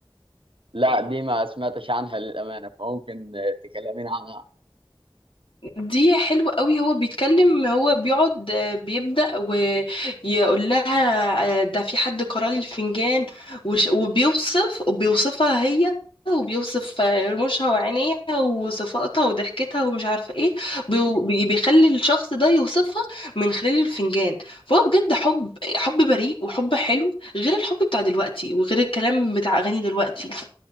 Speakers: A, on the right (about 70°); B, on the left (about 75°).
A: لا دي ما سمعتش عنها للأمانة فممكن تكلمين عنها
B: دي حلوة قوي هو بيتكلم هو بيقعد آه، بيبدأ ويقول لها آه، ده في حد قرا لي الفنجان وش- وبيوصف وبيوصفها هي وبيوصف آه، رموشها وعينيها وصفاتها وضحكتها ومش عارفة ايه بيو- بي- بيخلي الشخص ده يوصفها من خلال الفنجان فهو بجد حب حب بريء وحب حلو غير الحب بتاع دلوقتي وغير الكلام بتاع أغاني دلوقتي